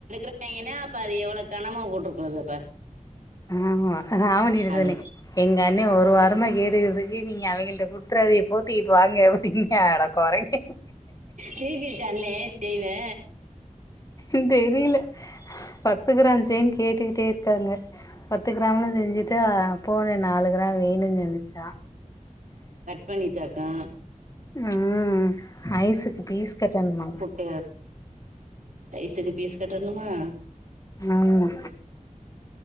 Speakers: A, on the right (about 70°); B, on the left (about 25°).
A: ங்கன்னா அப்ப அது எவ்ளோ கணமா போட்டிருக்கோது அப்ப
B: ஆமா ஆமா எ அண்ட்ட
A: அது
B: சொன்னே எங்க அண்ண ஒரு வாரமா கேட்டுக்கிட்றுக்கு நீங்க அவிங்கள்ட்ட குடுத்துறாதைய போத்து ட்டி இப்ப வாங்க அப்டின்னாங்க அட கொரங்கே
A: திருப்பிருச்சு அண்ணே செயினு
B: இந்த இதுல பத்து க்ராம் சேன் கேட்டுக்கிட்டே இருக்காங்க பத்து க்ராம்ல செஞ்சுட்டா போன நாலு க்ராம் வேணும்னு சொல்லுச்சா
A: பண்ணிட்டக்கா
B: ம் ஐஸுக்கு பீஸ் கட்டணுமா
A: எப்புட் ஐஸுக்கு பீஸ் கட்டணுமா
B: ஆமா